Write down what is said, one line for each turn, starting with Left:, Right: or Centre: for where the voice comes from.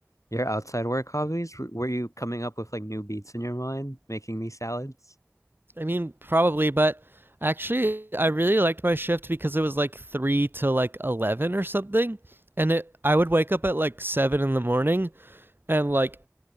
Left: Your outside work hobbies? W- Were you coming up with like new beats in your mind, making these salads?
Right: I mean, probably, but actually, I really liked my shift because it was like three to like eleven or something, and it I would wake up at like seven in the morning, and like